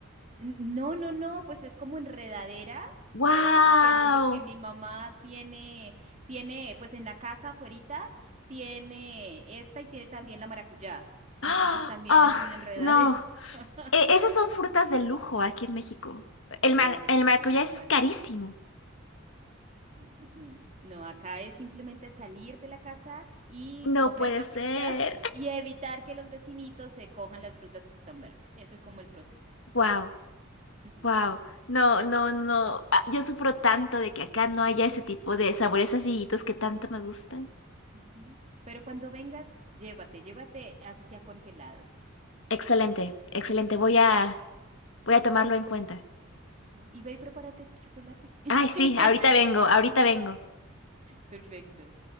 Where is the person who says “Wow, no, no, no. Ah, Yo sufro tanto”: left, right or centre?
Left